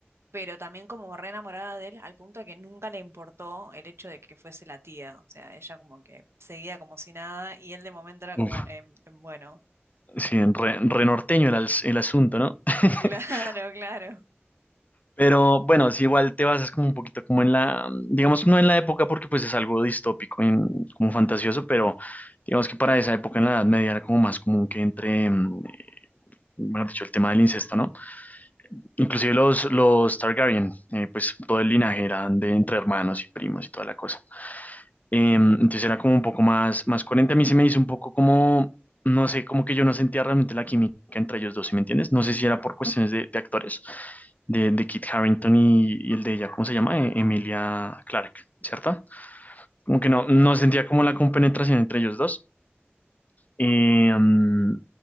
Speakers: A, on the right; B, on the left.
A: pero también como re enamorada de él, al punto de que nunca le importó el hecho de que fuese la tía. O sea, ella como que seguía como si nada y él de momento era
B: uf,
A: como, em, em, bueno,
B: sí, re, re norteño el, as- el asunto, ¿no? <laughs>
A: <laughs> claro, claro.
B: Pero bueno, si igual te basas como un poquito como en la, digamos, no en la época porque pues es algo distópico, y como fantasioso, pero digamos que para esa época en la Edad Media era como más común que entre, mm, mejor dicho, el tema del incesto, ¿no? Inclusive los, los Targaryen, eh, pues todo el linaje eran de entre hermanos y primos y toda la cosa. Em, entonces era como un poco más, más coherente. A mí se me hizo un poco como, no sé, como que yo no sentía realmente la química entre ellos dos, ¿sí me entiendes? No sé si era por cuestiones de, de actores, de, de Kit Harington y, y el de ella, ¿cómo se llama? Eh, Emilia Clarke, ¿cierto? Como que no, no sentía como la compenetración entre ellos dos. Em,